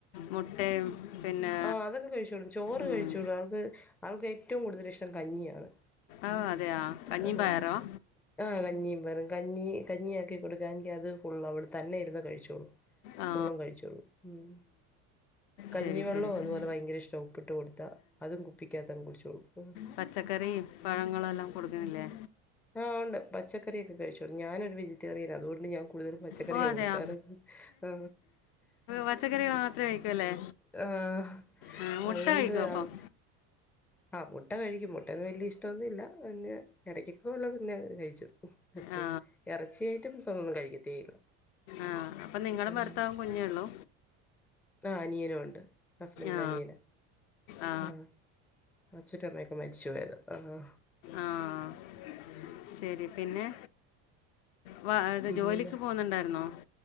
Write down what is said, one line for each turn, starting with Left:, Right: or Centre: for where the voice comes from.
Left: മുട്ടയും പിന്നെ
Centre: ആഹ് അതൊക്കെ കഴിച്ചോളും ചോറ്
Left: ഉം.
Centre: കഴിച്ചോളും, അവൾക്ക് അവൾക്ക് ഏറ്റവും കൂടുതൽ ഇഷ്ടം കഞ്ഞിയാണ്
Left: ആഹ് അതെയോ കഞ്ഞീം
Centre: ആഹ്
Left: പയറുവോ
Centre: ആഹ് കഞ്ഞീം പയറും. കഞ്ഞി കഞ്ഞിയാക്കി കൊടുക്കാങ്കി അത് ഫുൾ അവള് തന്നെ ഇരിന്ന് കഴിച്ചോളും
Left: ആ
Centre: ഫുള്ളും കഴിച്ചോളും ഉം കഞ്ഞിവെള്ളോം
Left: ശരി ശരി ശരി
Centre: അതുപോലെ ഭയങ്കര ഇഷ്ടാ ഉപ്പിട്ട് കൊടുത്താൽ, അതും കുപ്പിക്കകത്തങ്ങ് കുടിച്ചോളും.
Left: പച്ചക്കറിം പഴങ്ങള് എല്ലാം കൊടുക്കണില്ലേ
Centre: ആഹ് ഒണ്ട് പച്ചക്കറിയൊക്കെ കഴിച്ചോളും. ഞാനൊര് വെജിറ്റേറിയനാ, അതുകൊണ്ട് ഞാൻ കൂടുതലും പച്ച പച്ചക്കറിയാ
Left: ഓ അതെയാ
Centre: കൊടുക്കാറ് അത്കൊണ്ട്
Left: പച്ചക്കറികൾ മാത്രമേ കഴിക്കൂ അല്ലേ
Centre: ആഹ്
Left: ആ, മുട്ട
Centre: അതുകൊണ്ട്
Left: കഴിക്കോ അപ്പം
Centre: ആൾ ആഹ് മുട്ട കഴിക്കും മുട്ടേന്നും വല്യ ഇഷ്ടോന്നും ഇല്ല പിന്നെ എടക്കൊക്കെ വല്ലോം പിന്നെ കഴിച്ചോളും അത്രയുള്ളൂ.
Left: ആ
Centre: എറച്ചി ഐറ്റംസൊന്നും കഴിക്കത്തേയില്ല
Left: ആഹ് അപ്പൊ നിങ്ങളും
Centre: ആഹ്
Left: ഭർത്താവും കുഞ്ഞേയുള്ളൂ?
Centre: ആഹ് അനിയനുവൊണ്ട്, ഹസ്ബിന്റിൻ്റെ
Left: ആ
Centre: അനിയൻ,
Left: ആ
Centre: ആഹ് അച്ഛനും അമ്മയുമൊക്കെ മരിച്ചുപോയതാ ആഹ്
Left: ആഹ് ശരി പിന്നെ വ ഇത്
Centre: പിന്നെന്താ
Left: ജോലിക്ക് പോകുന്നുണ്ടാരുന്നോ?